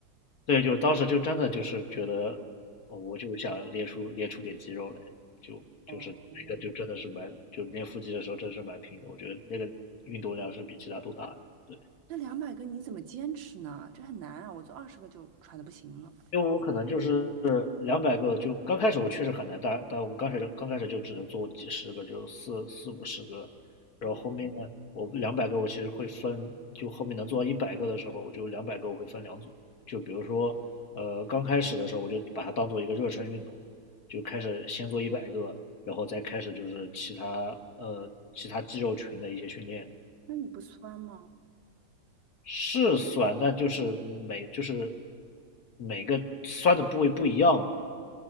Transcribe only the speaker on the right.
哦，
那两百个你怎么坚持呢？这很难啊，我做二十个就喘的不行了。
嗯，
那你不酸吗？